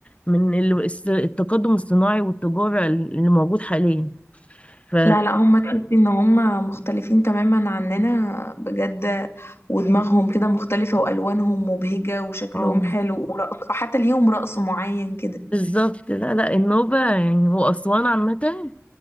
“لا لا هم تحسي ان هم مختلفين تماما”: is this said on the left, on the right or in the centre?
Left